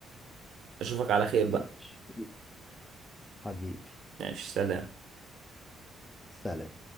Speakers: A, on the right; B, on the left.
A: اشوفك على خير
B: ماشي
A: بقى
B: حبيبي
A: ماشي سلام
B: سلام